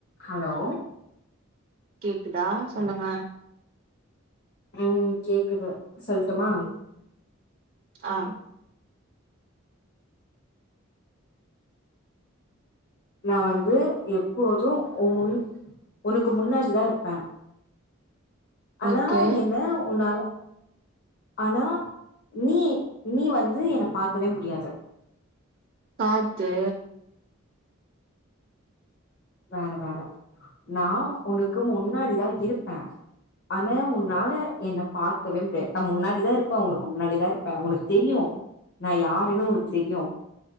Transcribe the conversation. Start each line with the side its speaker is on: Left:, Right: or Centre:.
Left: hello
Right: கேக்குதா சொல்லுங்க
Left: ம் கேக்குது சொல்டுமா
Right: ஆ
Left: நா வந்து எப்போதும் உ முன் உனக்கு முன்னாடிதா இருப்பேன் ஆனா
Right: ஓகே
Left: என்ன உன்னால ஆனா நீ நீ வந்து என பாக்கவே முடியாது
Right: பாத்து
Left: வேற வேற நா உனக்கு முன்னாடிதான் இருப்பேன் ஆனா உன்னால என்ன பாக்கவே முடியாது நா முன்னாடிதான் இருப்பேன் உனக்கு முன்னாடிதான் இருப்பேன் உனக்கு தெரியும் நா யாருன்னு உனக்கு தெரியும்